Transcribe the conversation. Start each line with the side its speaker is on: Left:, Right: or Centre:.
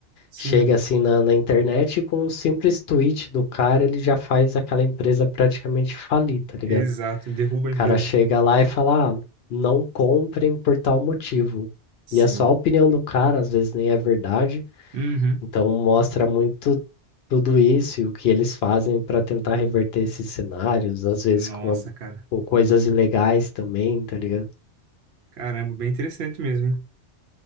Right: Sim,
Left: chegue assim na, na internet e com um simples tweet do cara, ele já faz aquela empresa praticamente falir, tá ligado?
Right: exato. Derruba
Left: O
Right: a empresa.
Left: cara chega lá e fala, ah, não comprem por tal motivo.
Right: Sim.
Left: E é só a opinião do cara, às vezes nem é verdade,
Right: Uhum.
Left: então mostra muito tudo isso e o que eles fazem para tentar reverter esses cenários, às vezes
Right: Nossa,
Left: com, algu-
Right: cara.
Left: com coisas ilegais também, tá ligado?
Right: Caramba, bem interessante mesmo, hein?